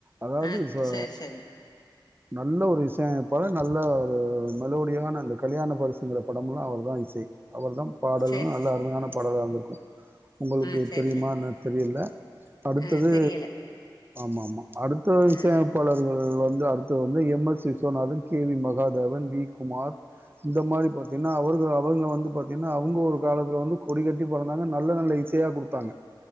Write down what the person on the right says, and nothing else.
அதாவது
ச
நல்ல ஒரு இசையமைப்பாளர் நல்ல ஒரு மெலோடியான இந்த கல்யாண பரிசுங்கிற படம் எல்லாம் அவர் தான் இசை அவர தான் பாடல்லா
நல்ல
அருமையான பாடலாகருந்துருக்கும் உங்களுக்கு
தெரியுமானு
தெரியில அடுத்தது
ஆமா ஆமா அடுத்த இசையமைப்பாளர்கள்
வந்து அடு வந்து M S Viswanathan K V Mahadevan V Kumar இந்த மாரி பாத்தீங்கன்னா அவர்கள் அவங்க வந்து பாத்தீங்கன்னா அவங்க ஒரு காலத்துல வந்து கொடிகட்டி பறந்தாங்க நல்ல நல்ல இசையா குடுத்தாங்க